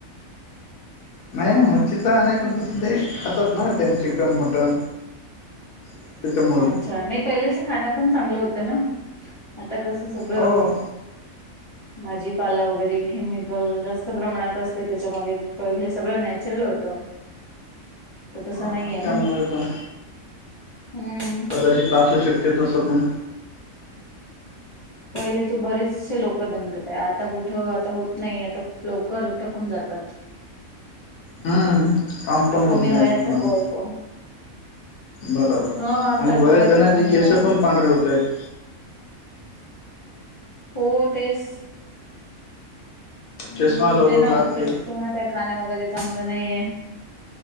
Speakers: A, on the left; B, on the left.
A: नाही नाही मच्छीचा नाही पण तसं ते खातात ना ते चिकन मटन.... त्याच्यामुळं
B: अनच्छा नाही पहिलंच खाणं पण चांगलं होत ना.... आता कसं सगळं
A: हो
B: भाजी पाला वगैरे केमिकल जास्त प्रमाणात असते त्याच्यामध्ये, पहिले सगळं नॅचरल होतं. तर तसं
A: हा
B: नाहीय
A: त्यामुळे
B: ना.
A: पण
B: हम्म
A: कदाचित आसू शकते तसं पण.
B: पहिलेचे बरेचसे लोकं धणकट आहे, आता कुठं आता होत नाही आता खूप लवकर थकून जा तात.
A: हम्म काम पण होत
B: कमी वयात
A: नाही कुणाला.
B: थकवा येतो
A: बरोबर
B: हा
A: आणि
B: थकवा
A: बरेच
B: येतो
A: जणांचे
B: कमी
A: केसं
B: वयात
A: पण पांढरे होत आहेत.
B: हो तेच
A: चष्मा
B: होते
A: लवकर
B: ना
A: लागते
B: तेच त म्हणात आहे खाणं वगैरे चांगलं नाहीे आहे.